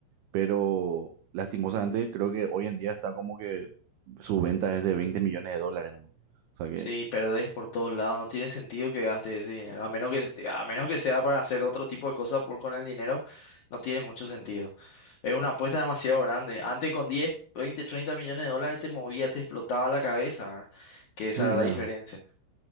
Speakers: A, on the right; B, on the left.
A: pero lastimosamente creo que hoy en día está como que su venta es de 20 millones de dólares, nomás. O sea que
B: Sí, perdés por todos lados. No tiene sentido que gastes ese dinero. A menos que, a menos que sea para hacer otro tipo de cosas por con el dinero, no tiene mucho sentido. Es una apuesta demasiado grande. Antes con 10, 20, 30 millones de dólares te movías, te explotaba la cabeza. ¿verdad? Que
A: sí,
B: esa era
A: ya.
B: la diferencia.